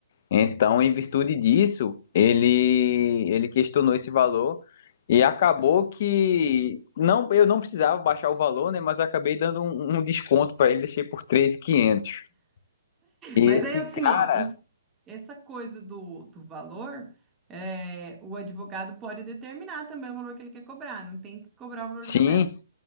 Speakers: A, on the left; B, on the right.
A: Então, em virtude disso, ele, ele questionou esse valor e acabou que não eu não precisava baixar o valor, né? Mas eu acabei dando um, um desconto para ele, deixei por 13.500. E quinhentos.
B: Mas aí, assim,
A: E esse cara,
B: ó, isso- essa coisa do, do valor, é, o advogado pode determinar também o valor que ele quer cobrar, não tem que cobrar o valor
A: sim.
B: de tabela.